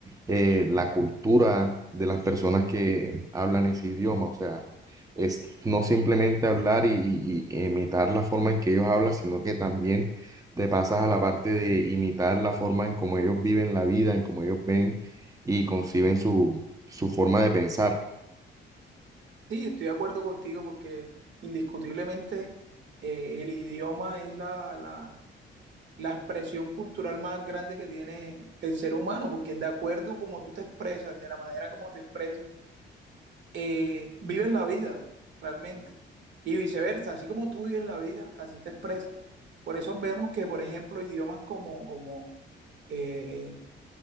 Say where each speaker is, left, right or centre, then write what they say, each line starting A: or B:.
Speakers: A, on the right; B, on the right.
A: eh, la cultura de las personas que hablan ese idioma, o sea, es no simplemente hablar y, y- y imitar la forma en que ellos hablan, sino que también te pasas a la parte de imitar la forma en cómo ellos viven la vida, en cómo ellos ven y conciben su, su forma de pensar.
B: Sí, estoy de acuerdo contigo porque indiscutiblemente eh, el idioma es la, la- la expresión cultural más grande que tiene el ser humano, porque de acuerdo como tú te expresas, de la manera como te expresas, eh, vives la vida realmente. Y viceversa, así como tú vives la vida, así te expresas. Por eso vemos que, por ejemplo, idiomas como, como eh,